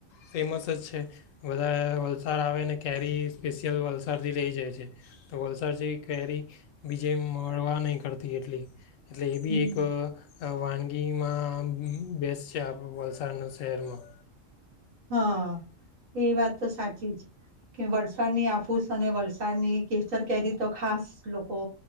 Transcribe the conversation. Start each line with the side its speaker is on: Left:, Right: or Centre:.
Left: ફેમસ જ છે. બધા વલસાડ આવે ને કેરી સ્પેશિયલ વલસાડથી રહી જાય છે. તો વલસાડ જેવી કેરી બીજે મળવા નહીં કરતી એટલી. એટલે એ બી
Right: હમ.
Left: એક અહ અહ વાનગી એમાં બેસ્ટ છે. આપડું વલસાડ ના શહેરમાં.
Right: હા. એ વાત તો સાચી કે વરસાદની આફૂસ અને વલસાડની કેસર કેરી તો ખાસ લોકો